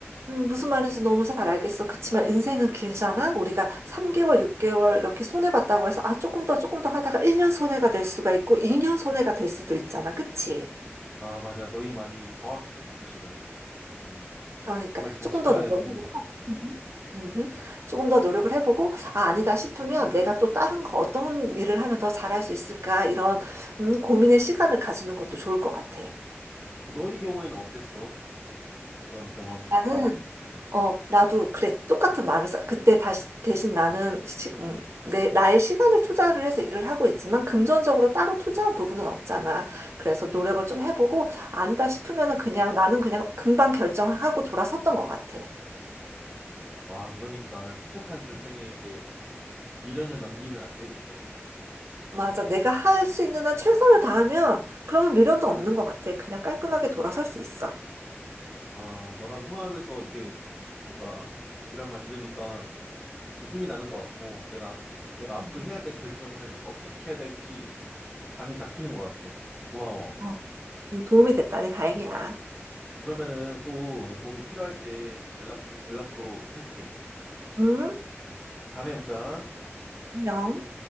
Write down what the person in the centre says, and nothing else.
아, 맞아. 너희 말이 정확해, 사실은. 음,
그걸 잘
지켜야
될 텐데.
음.
너희 경우에는 어땠어? 그런 경험.
음.
음.
와, 그러니까 선택한 결정에 이제 미련을 남기면 안 되는데,
아, 너랑 통화하면서 이렇게 뭔가 이런 말 들으니까 좀 힘이 나는 것 같고, 내가, 내가 앞으로
해야 될 결정을 어떻게 해야 될지 감이 잡히는 것 같아. 고마워.
음.
그러면은 또 도움이 필요할 때 또 연락 좀, 연락도 할게.
음. 다음에 보자.